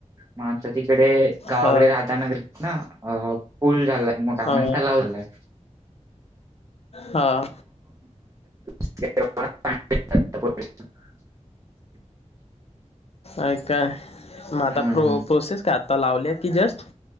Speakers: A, on the right; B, on the left.
A: मग आता तिकडे गावाकडे
B: हा
A: राधानगरीत ना अ पूल झालाय. मोठा
B: हा
A: म्हणत्या तलाव झाले आहे.
B: हा.
A: <unintelligible>
B: अ काय मग आता
A: हम्म.
B: प्रो प्रोसेस का आता लावले आहेत कि जस्ट